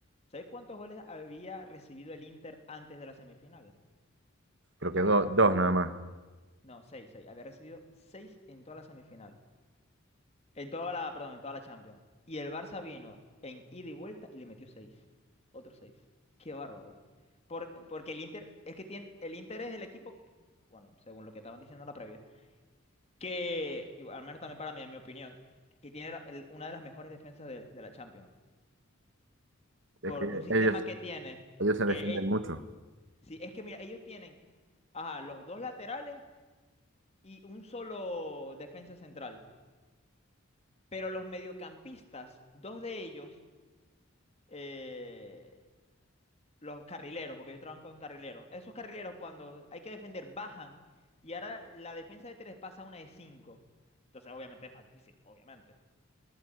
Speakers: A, on the left; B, on the right.
A: ¿Sabéis cuántos goles había recibido el Inter antes de la semifinal?
B: Creo
A: En toda
B: que do-
A: la Champions.
B: dos nada más.
A: No, seis, seis. Había recibido seis en toda la semifinal. En toda la, perdón, en toda la Champions. Y el Barça vino en ida y vuelta y le metió seis. Otros seis. Qué bárbaro. Por- porque el Inter, es que tiene, el Inter es el equipo, bueno, según lo que estaban diciendo en la previa. que, y al menos también para mí, en mi opinión, que tiene la- el- una de las mejores defensas de, la de la Champions.
B: Es
A: Por
B: que
A: un sistema
B: ellos,
A: que tiene,
B: ellos se defienden
A: que ell-
B: mucho.
A: sí, es que mira, ellos tienen ajá, los dos laterales y un solo defensa central. Pero los mediocampistas, dos de ellos, eh, los carrileros, porque ellos trabajan con carrileros, esos carrileros cuando hay que defender bajan y ahora la defensa de tres pasa a una de cinco. Entonces obviamente es más difícil, obviamente.